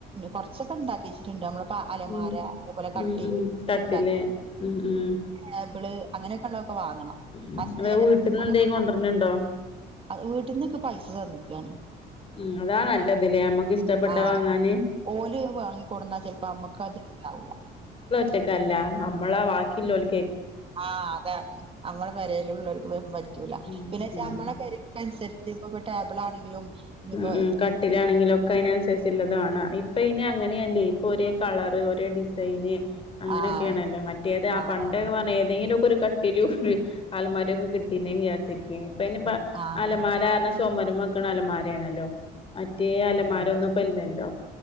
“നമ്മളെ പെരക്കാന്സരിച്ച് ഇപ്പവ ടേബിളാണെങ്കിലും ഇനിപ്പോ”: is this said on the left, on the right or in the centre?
Right